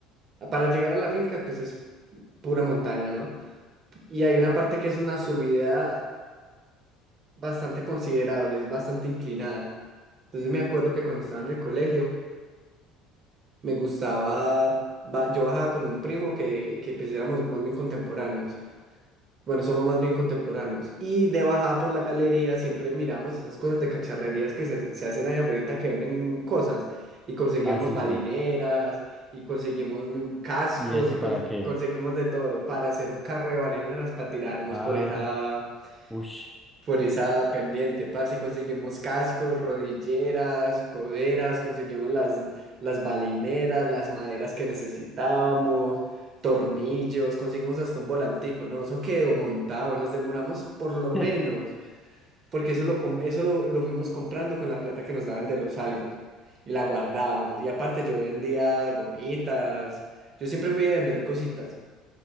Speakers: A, on the right (about 40°); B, in the centre.
A: Para llegar a la finca, pues es pura montaña, ¿no? Y hay una parte que es una subida bastante considerable, es bastante inclinada. Entonces me acuerdo que cuando estaba en el colegio, me gustaba, ba- yo bajaba con un primo que, que pues éramos más bien contemporáneos. Bueno, somos más bien contemporáneos. Y de bajada por la galería siempre miramos esas cosas de cacharrerías que se, se hacen allá afuera que venden cosas. Y conseguíamos
B: Ah, sí,
A: balineras,
B: sí.
A: y conseguimos mm, cascos,
B: ¿Y eso
A: y cons-
B: para qué?
A: conseguimos de todo para hacer un carro de balineras para tirarnos
B: Ah,
A: por esa,
B: ush.
A: por esa pendiente, parce, conseguimos cascos, rodilleras, coderas, conseguimos las, las balineras, las maderas que necesitábamos, tornillos, conseguimos hasta un volantico, ¿no? Eso quedó montado, nos demoramos por lo menos,
B: <laughs>
A: porque eso lo, com- eso lo, lo fuimos comprando con la plata que nos daban de los algos y la guardábamos. Y aparte yo vendía gomitas, yo siempre fui a vender cositas.